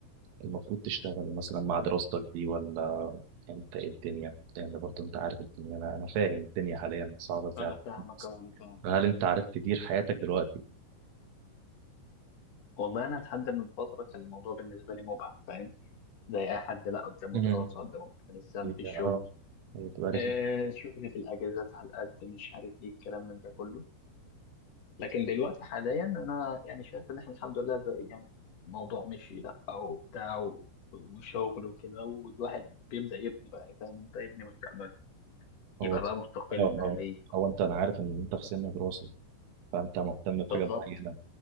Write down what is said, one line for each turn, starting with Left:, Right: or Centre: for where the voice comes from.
Right: المفروض تشتغل مثلا مع دراستك دي ولا انت ايه الدنيا لان برضه انت عارف الدنيا انا انا فاهم الدنيا حاليا صعبه ازاي
Left: انا
Right: على
Left: فاهمك
Right: الناس.
Left: اه انا فاهم
Right: فهل انت عارف تدير حياتك دلوقتي
Left: والله انا لحد من فتره كان الموضوع بالنسبه لي مبعد فاهم زي اي حد لا قدامه
Right: امم
Left: دراسه قدامه بتاع لسه ما فيش
Right: اه
Left: شغل
Right: هي تبقى
Left: آه شغل في الاجازات على قد مش عارف ايه الكلام من ده كله لكن دلوقتي حاليا انا يعني شايف ان احنا الحمد لله بقى يعني الموضوع مشي لا او بتاع و- وشغل وكده والواحد بيبدا يبني بقى فاهم انت يبني مستقبله يبقى
Right: هو اه
Left: بقى مستقل
Right: اه
Left: ماليا
Right: هو انت انا عارف ان انت في سن دراسه فانت مهتم بحاجه
Left: بالظبط
Right: معينه